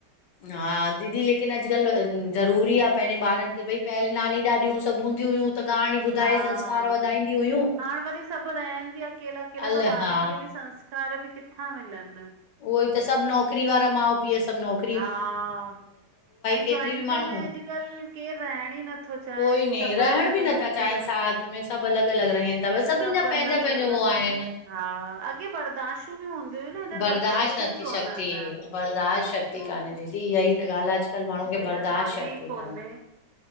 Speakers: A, on the left; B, on the right.
A: हा दीदी लेकिन अॼकल ज़रूरी आ पैंजे ॿारन खे भई पहले नानी ॾाॾियूं सॿ हूंदी हुयूं। त कहाणी ॿुधाए
B: हां
A: संस्कार वधाईंदी हुयूं
B: हाणे वरी सॿ रहन ॿि अकेला -अकेला
A: अल
B: त ॿारन
A: हा
B: खे ॿि संस कार ॿि किथां मिलण
A: उहो ई त सॿ नौकरी वारा माउ पीउ सॿ नौक
B: हां ऐं
A: केतिरी
B: जॉइंट
A: बि माण्हू
B: में अॼकल केर रहण ई नथ नथों चाये
A: कोई न
B: सॿ
A: रहण
B: अलॻ-अलॻ
A: बि नथा चाहिनि साथ में सभु अलॻि अलॻि रहनि था बसि सभिनि
B: सॿ
A: जा पंहिंजा
B: अलॻ-अलॻ।
A: पंहिंजा हो आहिनि
B: हा अॻे बर्दाशू ॿि हूंदीय हुयूं न हिनींर
A: बर्दाश्त
B: बर्दाशूं
A: नथी
B: ॿि कोनन।
A: शक्ति बर्दाश्त शक्ति काने दीदी इहां ई त ॻाल आ अॼकल माणू खे
B: हींअर
A: बर्दाश्त
B: मांङे
A: शक्ति
B: ई कोन्हे
A: काने।